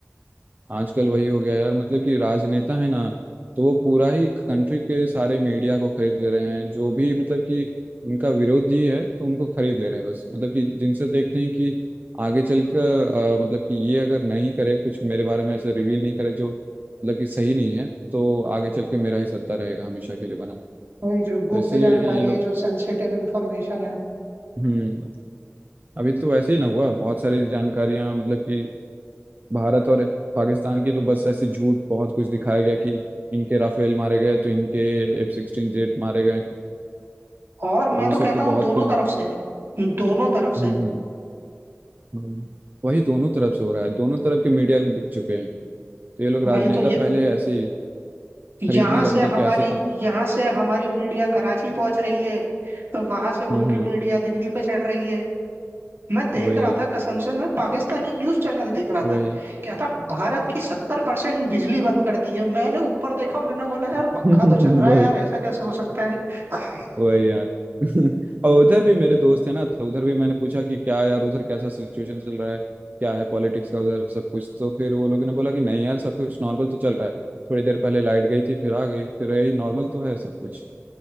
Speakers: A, on the right; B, on the right.
A: आजकल वही हो गया यार मतलब कि राजनेता है ना तो वो पूरा ही कंट्री के सारे मीडिया को खरीद ले रहे हैं जो भी मतलब कि उनका विरोधी है तो उनको खरीद ले रहे हैं बस मतलब कि जिनसे देखते हैं कि आगे चलकर अ, मतलब कि ये अगर नहीं करे कुछ मेरे बारे में ऐसे रिवील नहीं करे जो मतलब कि सही नहीं है तो आगे चल के मेरा ही सत्ता रहेगा हमेशा के लिए बना तो
B: वही जो गुप्त
A: इसीलिए
B: जानकारी
A: ये लोग
B: है जो सेंसिटिव इंफॉर्मेशन है
A: हम्म अभी तो वैसे ही ना हुआ बहुत सारी जानकारियां मतलब कि भारत और पाकिस्तान की तो बस ऐसी झूठ बहुत कुछ दिखाया गया कि इनके राफेल मारे गए तो इनके एफ सिक्सटीन जेट मारे गए
B: और
A: तो
B: मैं
A: वो
B: तो
A: सब
B: कहता
A: तो
B: हूँ
A: बहुत
B: दोनों
A: कुछ
B: तरफ से दोनों तरफ से
A: हम्म हम्म हम्म। वही दोनों तरफ से हो रहा है दोनों तरफ के मीडिया बिक चुके हैं तो ये लोग
B: वही
A: राजनेता
B: तो ये
A: पहले ऐसे ही
B: यहाँ
A: खरीदने का
B: से
A: मतलब
B: हमारी
A: कैसे कहा
B: यहाँ से हमारी मीडिया कराची पहुंच रही है तो वहां से उनकी
A: हम्म हम्म
B: मीडिया दिल्ली पे चढ़ रही है मैं देख
A: वही
B: रहा था कसम से मैं पाकिस्तानी न्यूज चैनल देख रहा
A: वही
B: था क्या था भारत की सत्तर परसेंट बिजली बंद कर दी है मैंने ऊपर देखा मैंने बोला यार पंखा
A: <laughs> वही
B: तो चल रहा है यार ऐसा कैसे हो सकता है <laughs>
A: वही यार <laughs> और उधर भी मेरे दोस्त है ना तो उधर भी मैंने पूछा कि क्या यार उधर कैसा सिचुएशन चल रहा है क्या है पॉलिटिक्स का उधर सब कुछ तो फिर वो लोगों ने बोला कि नहीं यार सब कुछ नॉर्मल तो चल रहा है थोड़ी देर पहले लाइट गई थी फिर आ गई फिर यही नॉर्मल तो है सब कुछ